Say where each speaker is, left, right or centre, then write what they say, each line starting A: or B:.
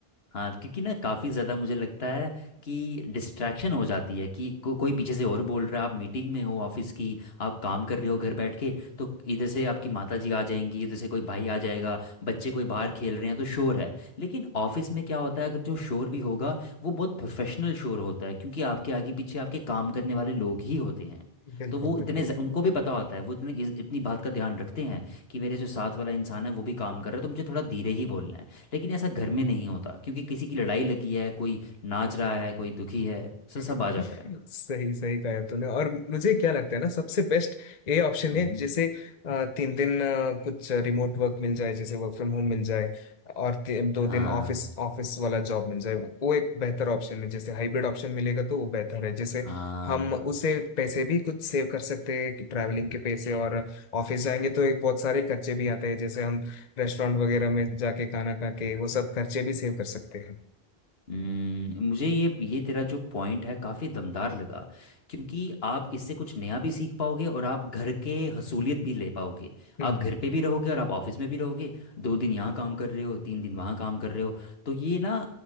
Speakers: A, on the left (about 75°); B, on the left (about 45°).
A: हाँ क्योंकि ना काफ़ी ज़्यादा मुझे लगता है कि डिस्ट्रैक्शन हो जाती है कि को, कोई पीछे से और बोल रहा है आप मीटिंग में हो ऑफिस की आप काम कर रहे हो घर बैठ के तो इधर से आपकी माता जी आ जाएंगी इधर से कोई भाई आ जाएगा बच्चे कोई बाहर खेल रहे हैं तो शोर है लेकिन ऑफिस में क्या होता है अगर जो शोर भी होगा वो बहुत प्रोफेशनल शोर होता है क्योंकि आपके आगे पीछे आपके काम करने वाले लोग ही होते हैं
B: बिल्कुल
A: तो वो इतने
B: बिल्कुल
A: ज- उनको भी पता होता है वो इतने इस- इतनी बात का ध्यान रखते हैं कि मेरे जो साथ वाला इंसान है वो भी काम कर रहा है तो मुझे थोड़ा धीरे ही बोलना है लेकिन ऐसा घर में नहीं होता क्योंकि किसी की लड़ाई लगी है कोई नाच रहा है कोई दुखी है सब
B: सही
A: सब आ जाता है
B: सही कहा तूने और मुझे क्या लगता है ना सबसे बेस्ट ये ऑप्शन
A: हम्म
B: है जैसे अ, तीन दिन अ, कुछ रिमोट वर्क मिल जाए जैसे वर्क फ्रॉम होम मिल जाए और ति- दो
A: हाँ
B: दिन ऑफिस ऑफिस वाला जॉब मिल जाए वो एक बेहतर ऑप्शन है जैसे हाइब्रिड ऑप्शन मिलेगा तो वो बेहतर है जैसे
A: हाँ
B: हम उसे पैसे भी कुछ सेव कर सकते हैं कि ट्रैवलिंग के पैसे और ऑफिस जाएंगे तो एक बहुत सारे खर्चे भी आते हैं जैसे हम रेस्टोरेंट वगैरह में जाके खाना खा के वो सब खर्चे भी सेव कर सकते हैं
A: हम्म, मुझे ये ये तेरा जो पॉइंट है काफ़ी दमदार लगा क्योंकि आप इससे कुछ नया भी सीख पाओगे और आप घर के हसूलियत भी ले पाओगे
B: हम्म
A: आप घर पे भी रहोगे और आप ऑफिस में भी रहोगे दो दिन यहाँ काम कर रहे हो तीन दिन वहाँ काम कर रहे हो तो ये ना